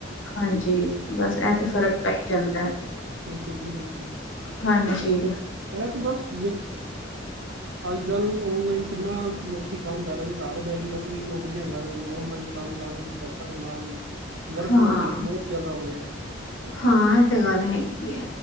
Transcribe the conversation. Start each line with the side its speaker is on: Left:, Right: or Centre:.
Left: ਹਾਂਜੀ। ਬਸ ਇਹ
Right: ਹਮ,
Left: ਤੇ ਫ਼ਰਕ ਪੈ ਹੀ ਜਾਂਦਾ।
Right: ਬਿਲਕੁਲ ਜੀ ਬਿਲਕੁਲ
Left: ਹਾਂਜੀ
Right: ਇਹ ਤੇ ਬਸ <unintelligible> ਅੱਜ ਕੱਲ ਔਨਲਾਈਨ ਕਿੰਨਾ ਲੋਕੀ ਕੰਮ ਕਰ ਰਹੇ ਹਨ ਘਰ ਬਹਿ ਕੇ ਹੀ ਆਪਣੀ ਨੌਕਰੀਆਂ ਕਰ ਰਹੇ ਨੇ ਔਨਲਾਈਨ ਕੰਮ ਕਰ ਰਹੇ। ਪੈਸਾ ਵੀ ਕਮਾ ਰਹੇ ਹਨ ਵਰਕ
Left: ਹਾਂ।
Right: ਫਰੋਮ ਹੋਮ ਬਹੁਤ ਜਿਆਦਾ ਹੋ ਗਿਆ ਨੇ
Left: ਹਾਂ ਇਹ ਤੇ ਗੱਲ ਹੈਗੀ ਏ